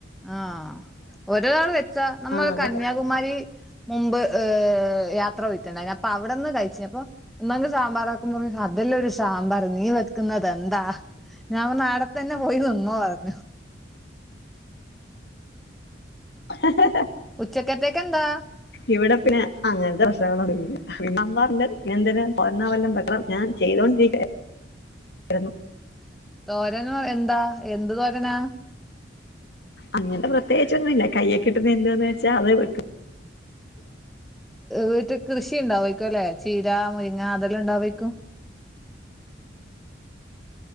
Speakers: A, in the centre; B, on the left (about 60°).
A: ആഹ് ഒരു തവണ വെച്ച നമ്മൾ
B: ആഹ്
A: കന്യാകുമാരി
B: ഇവിടെ
A: മുമ്പ് ആഹ് യാത്ര പോയിട്ടുണ്ടായിരുന്നു അപ്പൊ അവിടെന്ന് കഴിച്ചു അപ്പൊ എന്നങ്ക സാമ്പാർ വെയ്ക്കുബോ പറഞ്ഞ അതെല്ലാം ഒരു സാമ്പാർ നീ വെക്കുന്നത് എന്താ? ഞാൻ പറഞ്ഞു അതെന്നെ പോയി നിന്നോ പറഞ്ഞു
B: ആഹ്
A: ഉച്ചക്കത്തെക്കെന്താ?
B: ഇവിടെ പിന്നെ അങ്ങനത്തെ പ്രശ്നങ്ങളൊന്നും ഇല്ല <unintelligible> ഞാൻ ചെയ്തൊണ്ടിരിക്കായിരുന്നു
A: തോരനു എന്ത എന്ത് തോരനാ?
B: അങ്ങനെ പ്രത്യേകിച്ചൊന്നുമില്ല കൈയിൽ കിട്ടുന്ന എന്താന്ന് വെച്ചാൽ അത് വെക്ക
A: വീട്ടൽ കൃഷി ഉണ്ടാരിക്കും അല്ലേ ചീര മുരിങ്ങ അതെല്ലാം ഉണ്ടാവേക്കും